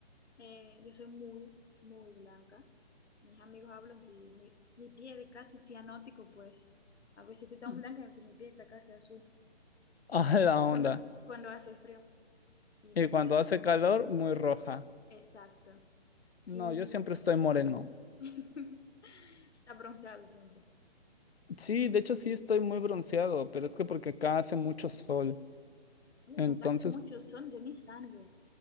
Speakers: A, on the left; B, on the left.
A: eh, yo soy muy, muy blanca. Mis amigos hablan que mi, mi piel es casi cianótico, pues a veces estoy tan
B: <laughs>
A: blanca que mi piel está casi azul.
B: A la
A: Cuando,
B: onda.
A: cuando hace frío. Y entonces,
B: Y cuando hace calor, muy roja.
A: exacto.
B: No,
A: Y
B: yo siempre estoy moreno.
A: <laughs> está bronceado siempre.
B: Sí, de hecho sí estoy muy bronceado, pero es que porque acá hace mucho sol.
A: Uh,
B: Entonces,
A: Cuando hace mucho sol, yo ni salgo.